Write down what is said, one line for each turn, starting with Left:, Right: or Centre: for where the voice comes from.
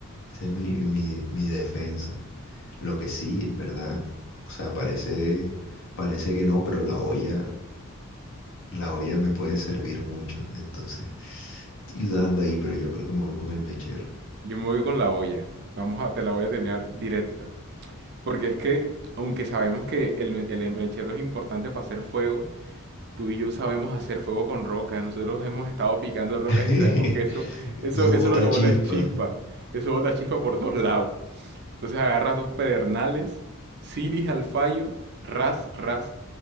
Left: esa es mi, mi, mi defensa. Lo que sí, en verdad, o sea, parece, parece que no, pero la olla, la olla me puede servir mucho. Entonces... Estoy dudando ahí, pero yo creo que me voy con el mechero.
Right: Yo me voy con la olla. Vamos a, te la voy a tener directa. Porque es que, aunque sabemos que el, me- el mechero es importante para hacer fuego, tú y yo sabemos hacer fuego con rocas. Nosotros hemos estado picando rocas
Left: <laughs>
Right: y sabemos que eso, eso,
Left: Eso
Right: eso
Left: bota
Right: lo que bota
Left: chispa.
Right: es chispa. chispa. Eso bota chispa por todos lados. Entonces agarras dos pedernales, silis al fallo, ras, ras.